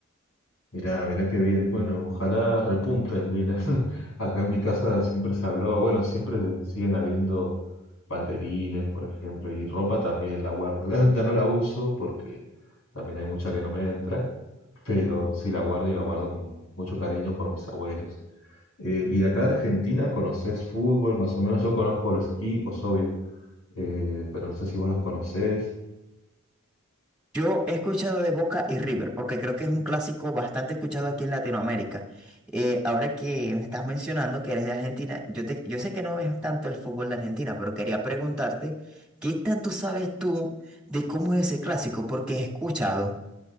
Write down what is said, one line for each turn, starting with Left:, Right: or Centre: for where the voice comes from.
Left: Mirá, mirá qué bien. Bueno, ojalá repunte el Milan. <laughs> Acá en mi casa siempre se habló, bueno, siempre siguen habiendo banderines, por ejemplo, y ropa también la guardo. <laughs> La, la no la uso porque también hay mucha que no me entra, pero sí la guardo y la guardo con mucho cariño por mis abuelos. Eh, y de acá de Argentina, ¿conocés fútbol? Más o menos yo conozco los equipos, obvio, eh, pero no sé si vos los conocés.
Centre: Yo he escuchado de Boca y River, porque creo que es un clásico bastante escuchado aquí en Latinoamérica. Eh, ahora que me estás mencionando que eres de Argentina, yo, te- yo sé que no ves tanto el fútbol de Argentina, pero quería preguntarte, ¿qué tanto sabes tú de cómo es ese clásico? Porque he escuchado